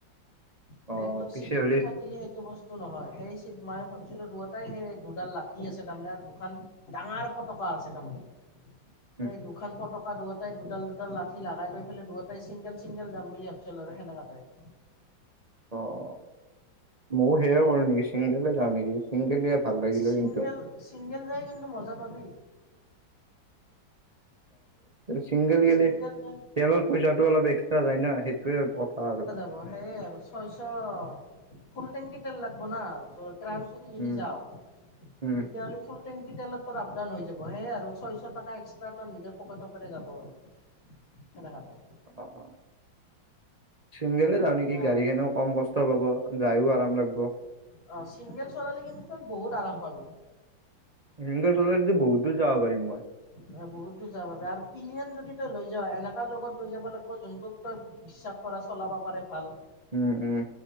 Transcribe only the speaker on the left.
সেইটো
চিটটো
থাকিলে সেই বস্তু নহয় সেই মই ভাবিচিলো দুয়োটাই সেই দুডাল লাঠি আছে তাৰমানে আৰু দুখন ডাঙৰ পতকা আছে তাৰমানে
এই দুখন পতকা দৰত সেই দুডাল-দুডাল লাঠি লগাই লৈ পেলাই দুয়োটাই চিংগল-চিংগল যাম বুলি ভাবিছিল আৰু সেনেকাই।
চিংগেল,
চিংগেল যাই কিন্তু মজা পাবি।
ছিংগল যাই
সেই আৰু ছয়চ ফুল টেংকি তেল লাগব না ত সেই যদি
যাও
তেতিয়াহ'লে ফুল টেংকি তেলত তাত আপ-ডাউন হৈ যাব সেয়ে আৰু ছয়চ টকা এক্সটা তৰ নিজৰ পকেটৰ পৰা যাব আৰু
কেনেকা তই?
এতিয়া
অ চিংগল চলালী কিন্তু তই বহুত আৰাম পাবি।
অ বহুত দূৰ যোৱাৰ বাবে আৰু পিলিয়ন যদি তই লৈ যাৱ এনেকা লগত লৈ যাব লাগিব যোনটোত তই, বিশ্বাস কৰা চলাব পাৰে ভাল।